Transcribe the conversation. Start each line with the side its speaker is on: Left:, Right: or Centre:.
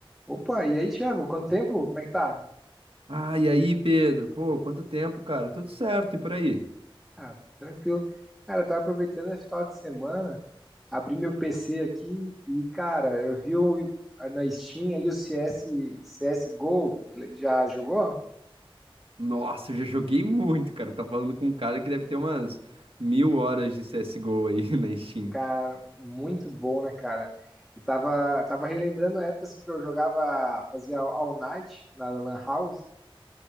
Centre: Opa, e aí, Thiago? Quanto tempo? Como é que tá?
Right: Ah, e aí, Pedro? Pô, quanto tempo, cara? Tudo certo e por aí?
Centre: Ah, tranquilo. Cara, eu tava aproveitando esse final de semana, abri meu PC aqui e, cara, eu vi o, na Steam ali o CS, CSGO, já jogou?
Right: Nossa, eu já joguei <laughs> muito, cara. Tá falando com um cara que deve ter umas mil horas de CSGO aí <laughs> na Steam.
Centre: Cara, muito bom, né, cara? Eu tava, tava relembrando a época assim, que eu jogava, fazia All Night na Lan House.